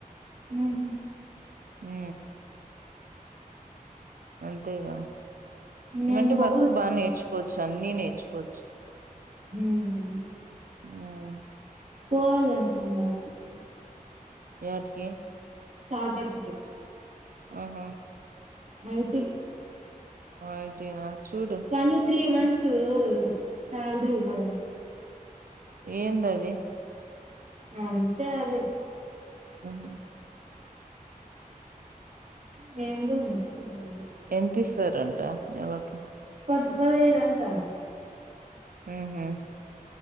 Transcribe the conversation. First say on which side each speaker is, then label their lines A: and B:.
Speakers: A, on the right; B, on the right.
A: హుహ్
B: హ్ అంతేగా
A: నేను
B: ఏమంటే
A: పోవాలనుకున్నా
B: వర్క్ బానేర్చుకోవచ్చు. అన్నీ నేర్చుకోవచ్చు.
A: హ్మ్
B: హ్
A: పోవాలనున్నా <inaudible>
B: ఏటికి
A: స్టార్టప్ కి
B: ఆహా
A: ఐటీ
B: ఐటీనా చూడు
A: కానీ త్రీమంత్స్ సాలరీ ఇవ్వరంటా.
B: ఏందది.
A: అంతే అది.
B: హుహ్
A: నేను కూడా మంచిపిల్లనే
B: ఎంత ఇస్తరంట నెలకి.
A: పది పదైదు అంటా.
B: ఆహా